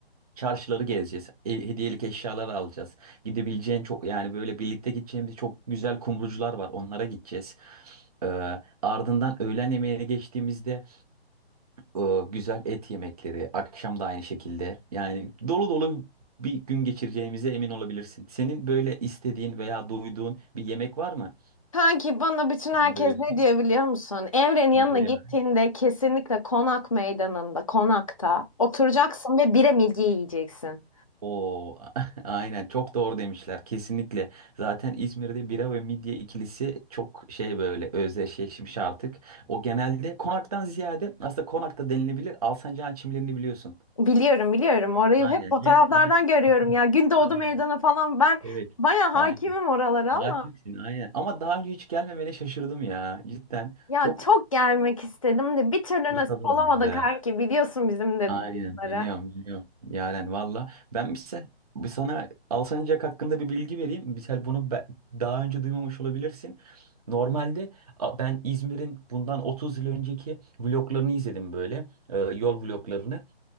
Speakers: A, on the right (about 35°); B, on the left (about 35°).
A: çarşıları gezeceğiz. E- hediyelik eşyalar alacağız. Gidebileceğin çok yani böyle birlikte gideceğimiz çok güzel kumrucular var. Onlara gideceğiz. Ee, ardından öğlen yemeğine geçtiğimizde e, güzel et yemekleri. Akşam da aynı şekilde. Yani dolu dolu bir gün geçireceğimize emin olabilirsin. Senin böyle istediğin veya duyduğun bir yemek var mı?
B: Kanki bana bütün
A: İzmir
B: herkes
A: Özgü.
B: ne diyor biliyor musun? Emre'nin yanına
A: Ne diyor
B: gittiğinde
A: ya?
B: kesinlikle konak meydanında, konakta oturacaksın ve bire midye yiyeceksin.
A: Oo, <laughs> aynen çok doğru demişler kesinlikle. Zaten İzmir'de bira ve midye ikilisi çok şey böyle özdeşleşmiş artık. O genelde konaktan ziyade aslında konakta denilebilir Alsancak'ın çimlerini biliyorsun.
B: Biliyorum biliyorum. Orayı
A: Aynen.
B: hep fotoğraflardan
A: Gene, aynen.
B: görüyorum
A: <laughs>
B: ya. Gündoğdu
A: Aynen.
B: Meydanı falan ben
A: Evet.
B: baya hakimim
A: Aynen.
B: oralara
A: Hakimsin
B: ama
A: aynen. Ama daha önce hiç gelmemene şaşırdım ya. Cidden
B: ya
A: çok
B: çok gelmek istedim de bir türlü
A: fırsat
B: nasip
A: olmadı.
B: olamadı kanki. Biliyorsun bizim de
A: Aynen
B: durumları.
A: biliyorum biliyorum. Yaren valla. Ben ise bir sana Alsancak hakkında bir bilgi vereyim. Mesela bunu be- daha önce duymamış olabilirsin. Normalde a, ben İzmir'in bundan 30 yıl önceki vloglarını izledim böyle. e, Yol vloglarını.